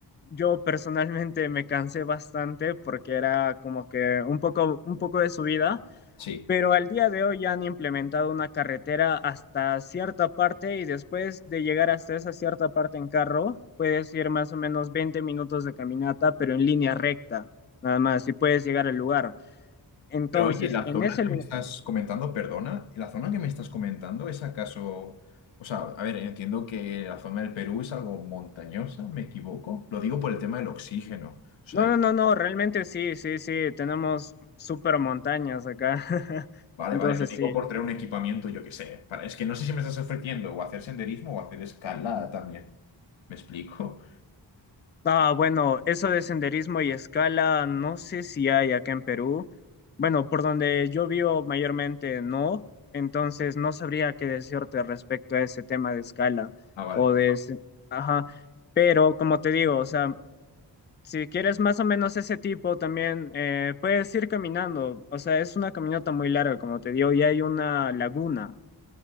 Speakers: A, on the left; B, on the left.
A: yo personalmente me cansé bastante porque era como que un poco, un poco de subida,
B: Sí.
A: pero al día de hoy ya han implementado una carretera hasta cierta parte y después de llegar hasta esa cierta parte en carro, puedes ir más o menos 20 minutos de caminata, pero en línea recta, nada más, y puedes llegar al lugar. Entonces,
B: Pero oye, la
A: en
B: zona
A: ese,
B: que
A: lu-
B: me estás comentando, perdona, la zona que me estás comentando es acaso, o sea, a ver, entiendo que la zona del Perú es algo montañosa, ¿me equivoco? Lo digo por el tema del oxígeno. O sea,
A: No, no, no, no, realmente sí, sí, sí, tenemos super montañas acá. <laughs>
B: vale,
A: Entonces
B: vale, lo digo
A: sí.
B: por traer un equipamiento, yo qué sé. Para, es que no sé si me estás ofreciendo o hacer senderismo o hacer escalada también. ¿Me explico?
A: Ah, bueno, eso de senderismo y escala, no sé si hay acá en Perú. Bueno, por donde yo vivo mayormente no, entonces no sabría qué decirte respecto a ese tema de escala
B: Ah, vale.
A: o de ese- Ajá, pero como te digo, o sea, si quieres más o menos ese tipo también, eh, puedes ir caminando, o sea, es una caminata muy larga, como te digo, y hay una laguna.